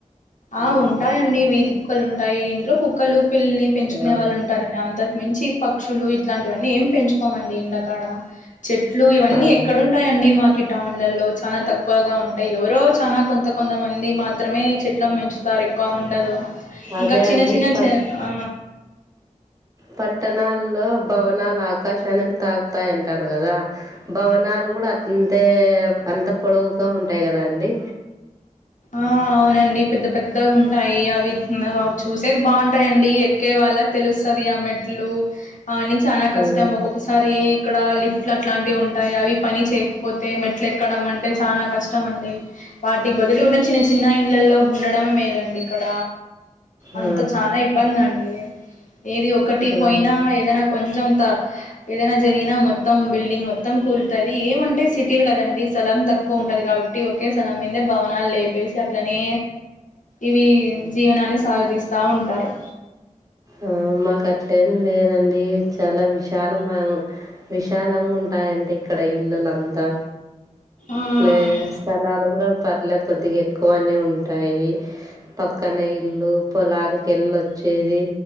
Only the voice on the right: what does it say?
ఆ
అవును
అదే
అండి
ప
పట్టణాల్లో భవనాలు ఆకాశానికి తాకుతాయంటారు కదా భవనాలు కూడ అంతే అంత పొడవుగా ఉంటాయి కదా అండి
ఆ
ఆ
ఆ
ఆ మాకు అట్లేం లేదండి చాలా విశాల మ విశాలంగా ఉంటు ఉంటాయి అండి ఇక్కడ ఇల్లులంతా
ప్లేస్ స్థలాలు కూడా పర్లే కొద్దిగా ఎక్కువనే ఉంటాయి పక్కన ఇల్లు పొలానికి ఎల్లోచ్ చేది